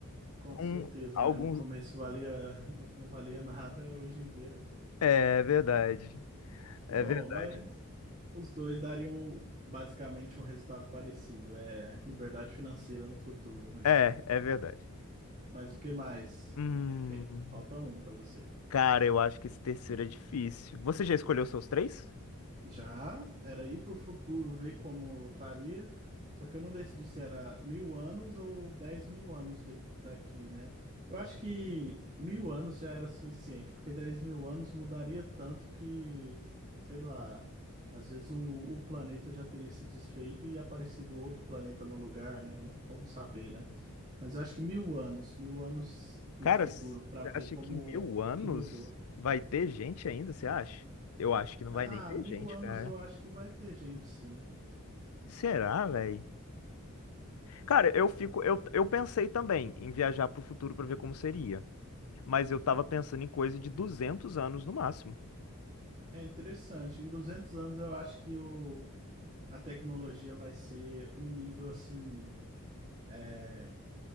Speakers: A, on the right; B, on the left.
A: Com certeza,
B: um, alguns.
A: né? No começo valia, não valia nada, hoje em dia
B: É verdade.
A: Bom,
B: É verdade.
A: mas os dois dariam basicamente um resultado parecido. É liberdade financeira no futuro, né?
B: É, é verdade.
A: Mas o que mais?
B: Hum,
A: Tem- Falta um para você.
B: cara, eu acho que esse terceiro é difícil. Você já escolheu seus três?
A: Já era ir para o futuro ver como estaria, só que eu não decidi se era mil anos ou dez mil anos de- daqui, né? Eu acho que mil anos já era suficiente, porque dez mil anos mudaria tanto que, sei lá, às vezes o, o planeta já teria se desfeito e aparecido outro planeta no lugar, né? Não como saber, né? Mas eu acho que mil anos, mil anos no
B: Cara,
A: futuro,
B: você
A: para ver
B: acha
A: como
B: que mil anos
A: o que mudou.
B: vai ter gente ainda? Você acha? Eu acho que não
A: Ah,
B: vai nem ter
A: mil
B: gente,
A: anos
B: cara.
A: eu acho que vai ter gente, sim.
B: Será, velho? Cara, eu fico, eu, eu pensei também em viajar pro futuro pra ver como seria, mas eu tava pensando em coisa de duzentos anos no máximo.
A: É interessante. Em 200 anos, eu acho que o, a tecnologia vai ser um nível assim, é,